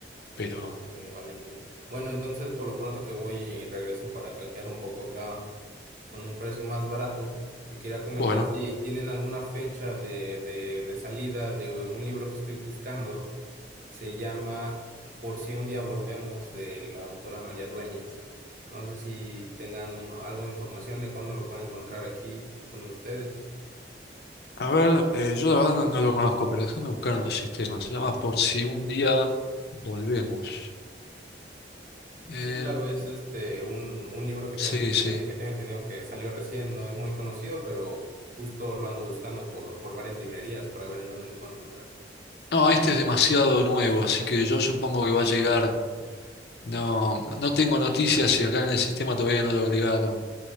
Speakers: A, on the left (about 65°); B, on the right (about 50°).
A: pero
B: Ok, vale, entiendo. Bueno, entonces por lo pronto que voy y regreso para canjear un poco acá con un precio más barato, te quería comentar
A: bueno.
B: si tienen alguna fecha de, de, de salida de un libro que estoy buscando. Se llama Por si un día volvemos de la autora María Dueñas. No sé si tengan un- algo de información de cuándo lo puedo encontrar aquí con ustedes.
A: A ver, eh, yo la verdad no, no lo conozco, pero déjame buscar en el sistema. Se llama Por si un día volvemos. Em,
B: Sí, claro, es este un, un libro que
A: sí,
B: tengo,
A: sí.
B: eh, que tengo entendido que salió recién, no es muy conocido, pero justo lo ando buscando por, por varias librerías para ver en dónde lo puedo encontrar.
A: No, este es demasiado nuevo, así que yo supongo que va a llegar. No, no tengo noticias y acá en el sistema todavía no lo agregaron.